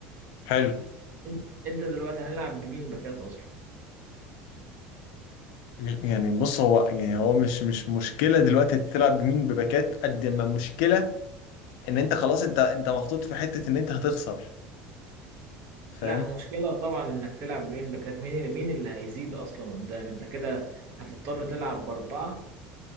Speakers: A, on the left; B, on the right.
A: حلو
B: انت إنت دلوقتي هنلعب بمين باكات اصلا
A: م- يعني بص هو يعني هو مش مش مشكلة دلوقتي تلعب بمين بباكات قد ما مشكلة ان انت خلاص انت انت محطوط في حتة ان انت هتخسر فاهم
B: لا مشكلة طبعا انك تلعب بمين باكات مين اللي مين اللي هيزيد اصلا قدام انت كده هتضطر تلعب باربعة